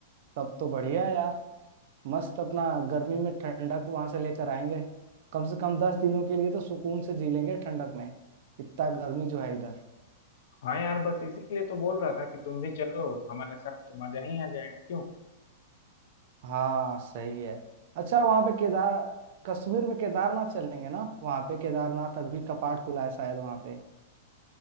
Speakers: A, on the right; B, on the left.
A: तब तो बढ़िया है यार मस्त अपना गर्मी में ठंडक वहां से लेकर आएंगे कम से कम दस दिनों के लिए तो सुकून से जी लेंगे ठंडक में इतना गर्मी जो है इधर
B: हाँ यार बस इसी के लिए तो बोल रहा था कि तुम भी चलो हमारे साथ तो मजा ही आ जाएगा क्यों
A: हाँ सही है अच्छा वहां पे केदार कश्मीर में केदारनाथ चलेंगे ना वहां पे केदारनाथ अभी कपाट खुला है शायद वहां पे